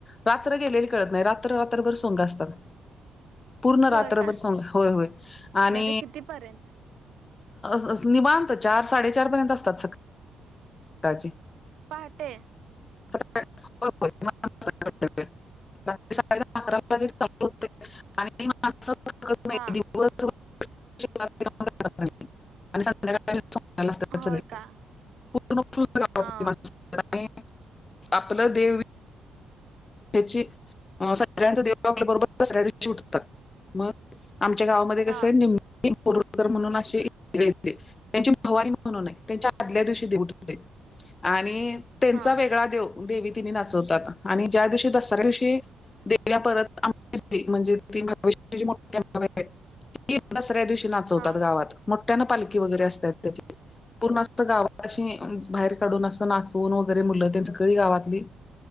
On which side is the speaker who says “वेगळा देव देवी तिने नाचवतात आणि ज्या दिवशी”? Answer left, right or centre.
Left